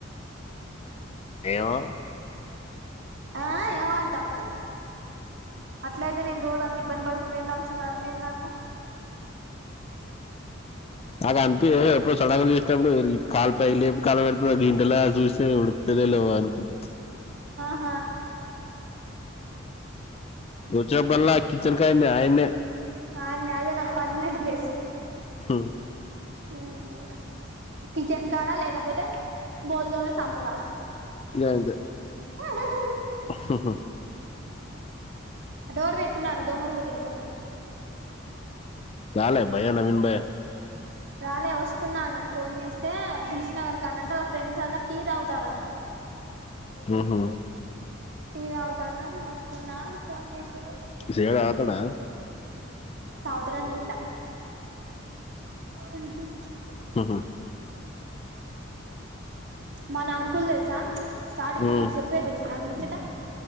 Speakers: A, on the left; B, on the right.
A: ఏమో
B: ఆ ఏమంటా అట్ల అయితే నేను రోజు అంత ఇబ్బంది పడుకుంటే వెళ్ళాల్సిన కార్మేంది నాకు
A: అగా అనిపి ఎప్పుడు సడ ప్పుడు కాల్ పై లేపు కాల పెడుతుంది గ ఇంటెలా చూస్తే ఇప్పుడు తెలిలేవా అనుకుంటా
B: ఆ
A: రోజ్ వచ్చినపుడు అల్లా ఆ కిచెన్ కడనే మీ ఆయనే
B: అనే అదే నా పర్మనెంట్ ప్లేస్
A: హు
B: ఉమ్ కిచెన్ కాడా లేకపోతే బోల్ తోమే సాాంపు కాడా
A: అంతే
B: <unintelligible>
A: హహ
B: డోర్ పెట్టున్నాన్న దోమలు పోతా యి ఇంట్లకు
A: రాలే భైయా నవీన్ బాయా
B: రాలే వస్తున్నా అన్నాడు ఫోన్ చేస్తే దిల్ షూ నగర్ కాడ అంటే వల్ల ఫ్రెండ్స్ అంతా టీ తాగుతున్నారంట
A: ఉ హు
B: టీ తాగుతున్నాము వస్తున్నా అని ఫోన్ చేసిడు
A: సిగరెట్ తగ్గుతాడా
B: తాగుతాడు అనుకుంట మ్మ్ హ్మ్
A: మ్మ్ హ్మ్
B: మన అంకుల్ తెల్సా స్టార్టింగ్
A: ఉమ్
B: లో మస్త్ చెప్పేది తెలుసా నాకు ము చ్చట